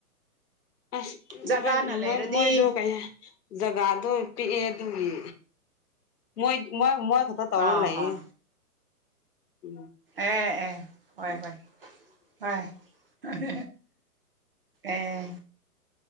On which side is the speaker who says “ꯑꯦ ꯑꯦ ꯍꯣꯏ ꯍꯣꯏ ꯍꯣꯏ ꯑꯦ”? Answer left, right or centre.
Right